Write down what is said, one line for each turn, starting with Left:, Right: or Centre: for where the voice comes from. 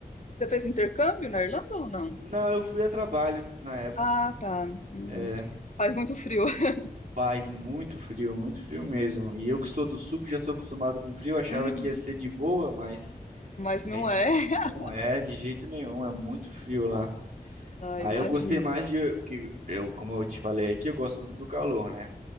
Left: Você fez intercâmbio na Irlanda ou não?
Right: Não, eu fui a trabalho na época.
Left: Ah, tá. Uhum.
Right: É,
Left: Faz muito frio. <laughs>
Right: faz muito frio, muito frio mesmo. E eu que sou do sul, que já sou acostumado com frio, achava
Left: Uhum.
Right: que ia ser de boa, mas
Left: Mas
Right: é,
Left: não é. <laughs>
Right: não é de jeito nenhum, é muito frio lá.
Left: Ah,
Right: Aí
Left: imagino.
Right: eu gostei mais de, porque eu, como eu te falei aqui, eu gosto muito do calor, né?